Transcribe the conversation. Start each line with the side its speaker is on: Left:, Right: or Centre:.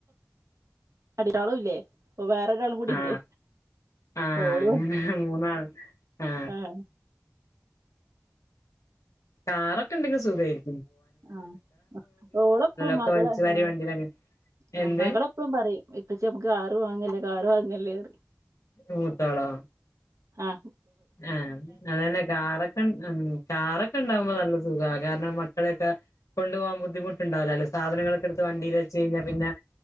Right: അടിയാളും ഇല്ലേ അപ്പൊ വേറൊരാളും കൂടി
Left: ആ
Right: ഇല്ലേ
Left: ആ
Right: ഓളും
Left: അങ്ങനെ മൂന്നാള് ആ
Right: ആഹ്
Left: കാറൊക്കെ എണ്ടെങ്കിൽ സുഖായിരി
Right: ആ അ ഓളെപ്പളും
Left: ഒക്കെ
Right: മകള്
Left: വലിച്ചു വാരി
Right: ആ
Left: വണ്ടിയിലങ്ങ്
Right: ആ
Left: എന്ത്
Right: മകളെപ്പഴും പറയും ഉപ്പച്ചി നമുക്ക് കാറ് വാങ്ങ്കല്ലേ കാറ് വാങ്ങ്കല്ലേന്ന്
Left: മൂത്താളാ
Right: ആ
Left: ആ അതന്നെ കാറൊക്കെൺ ഇം കാറൊക്കെ ഇണ്ടാവുമ്പോ നല്ല സുഖാ കാരണം മക്കളെയൊക്ക കൊണ്ടു പോവാൻ ബുദ്ധിമുട്ടുണ്ടാവില്ലല്ല സാധനങ്ങളൊക്കെ എടുത്ത് വണ്ടീല് വെച്ച് കഴിഞ്ഞാ പിന്ന